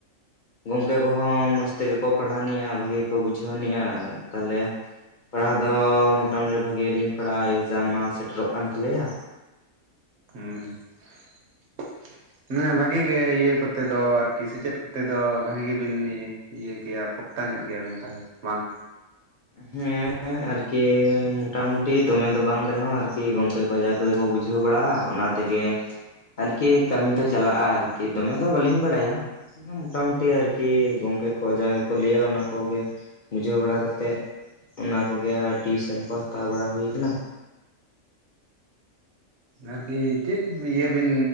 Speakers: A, on the left; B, on the right.
A: ᱜᱚᱢᱠᱮ ᱠᱚᱦᱚᱸ ᱢᱚᱡᱽ ᱛᱮᱜᱮ ᱠᱚ ᱯᱟᱲᱦᱟᱣ ᱟᱱᱤᱡᱼᱟ ᱵᱷᱟᱹᱜᱤ ᱠᱚ ᱵᱩᱡᱷᱟᱹᱣ ᱟᱱᱤᱡᱼᱟ ᱛᱟᱞᱦᱮᱼᱼ ᱯᱟᱲᱦᱟᱣ ᱫᱚ ᱢᱚᱴᱟᱢᱩᱴᱤ ᱵᱷᱟᱜᱤᱞᱤᱧ ᱯᱟᱲᱦᱟᱜ-ᱟ ᱮᱠᱡᱟᱢ ᱢᱟ ᱥᱮᱴᱮᱨᱚᱜ ᱠᱟᱱ ᱛᱟᱞᱮᱭᱟ
B: ᱦᱩ ᱦᱮ ᱵᱷᱟᱜᱤ ᱜᱮ ᱤᱭᱟᱹ ᱠᱚᱛᱮ ᱫᱚ ᱟᱨᱠᱤ ᱥᱮᱪᱮᱫ ᱠᱚᱛᱮ ᱫᱚ ᱵᱷᱟᱜᱤ ᱜᱮᱵᱤᱱ ᱤᱭᱟᱹ ᱜᱮᱭᱟ ᱯᱚᱠᱛᱟ ᱧᱚᱜ ᱜᱮᱭᱟᱵᱤᱱ ᱛᱟᱦᱚᱞᱮ ᱵᱟᱝ
A: ᱦᱮ ᱟᱨᱠᱤ ᱢᱚᱴᱟᱢᱩᱴᱤ ᱫᱚᱢᱮ ᱫᱚ ᱵᱟᱝ ᱨᱮᱦᱚ ᱟᱨᱠᱤ ᱜᱚᱝᱠᱮ ᱠᱚ ᱡᱟ ᱠᱚᱠᱚ ᱵᱩᱡᱷᱟᱹᱣ ᱵᱟᱲᱟᱜ-ᱟ ᱚᱱᱟᱛᱮ ᱛᱮᱜᱮ ᱟᱨᱠᱤ ᱠᱟᱹᱢᱤ ᱫᱚ ᱪᱟᱞᱟᱜ-ᱟ ᱟᱨᱠᱤ ᱫᱚᱢᱮ ᱫᱚ ᱵᱟᱹᱞᱤᱧ ᱵᱟᱲᱟᱭᱟ ᱢᱚᱴᱟᱢᱩᱴᱤ ᱟᱨᱠᱤ ᱜᱚᱢᱠᱮ ᱠᱚ ᱡᱟ ᱜᱮᱠᱚ ᱞᱟᱹᱭᱟ ᱚᱱᱟ ᱠᱚᱜᱮ ᱵᱩᱡᱷᱟᱹᱣ ᱵᱟᱲᱟ ᱠᱟᱛᱮᱫ ᱚᱱᱟᱠᱚᱜᱮ ᱟᱨ ᱴᱤᱭᱩᱥᱮᱱ ᱠᱚ ᱦᱟᱛᱟᱣ ᱵᱟᱲᱟ ᱦᱩᱭ ᱠᱟᱱᱟ
B: ᱟᱨᱠᱤ ᱪᱮᱫ ᱤᱭᱟᱹ ᱵᱤᱱ